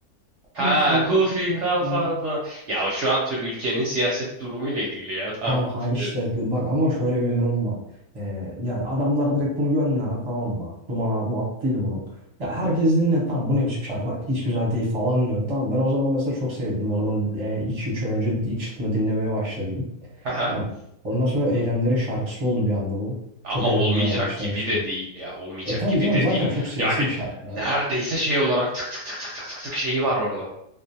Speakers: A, on the right (about 65°); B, on the right (about 25°).
A: Ha,
B: bu fikrada.
A: Kufi kafada. Ya şu an tür ülkenin siyaset durumuyla ilgili ya. Tamam
B: Tamam
A: Kufi
B: ha işte
A: dedim.
B: bak ama şöyle bir durum var. Ee, yani adamlar direkt bunu gönderdi tamam mı? Duman abim attıydı bunu. Ya herkes dinle tamam bu ne biçim şarkı hiç güzel değil falan diyor. Tamam ben o zaman mesela çok sevdim. O zaman e, iki üç ay önce ilk çıktığında dinlemeye başladıydım.
A: <laughs>
B: Tamam. Ondan sonra Eylemlerin şarkısı oldu bir anda bu.
A: Ama
B: Çok eğlenmeye
A: olmayacak
B: başlamıştım.
A: gibi de değil ya. Olmayacak
B: E tabii
A: gibi
B: canım
A: de
B: zaten
A: değil.
B: çok siyasi
A: Yani
B: bir şarkı
A: neredeyse
B: yani.
A: şey olarak tık tık tık tık tık tık tık şeyi var orada.